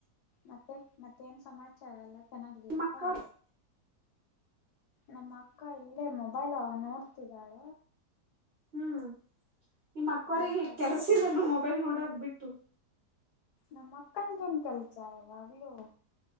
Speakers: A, on the left; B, on the right.
A: ಮತ್ತೆ ಮತ್ತೆ ಏನ್ ಸಮಾಚಾರ ಎಲ್ಲ ಚೆನ್ನಾಗಿದಯಲ್ಪ್ಪಾ.
B: ನಿಮ್ಮ ಅಕ್ಕವ್ರ
A: ನಮ್ಮ ಅಕ್ಕ ಇಲ್ಲೇ ಮೊಬೈಲ್ ನೋಡ್ತಿದ್ದಾಳ.
B: ಹ್ಮ್ ನಿಮ್ಮ ಅಕ್ಕೋರಿಗೆ
A: ಮಾತಾಡ್ತಿದ್ದೀನಿ
B: ಕೆಲಸಿಲ್ಲನು ಮೊಬೈಲ್ ನೋಡದ್ ಬಿಟ್ಟು.
A: ನಮ್ಮ ಅಕ್ಕನ್ಗೇನ್ ಕೆಲ್ಸ ಯಾವಾಗ್ಲುೂ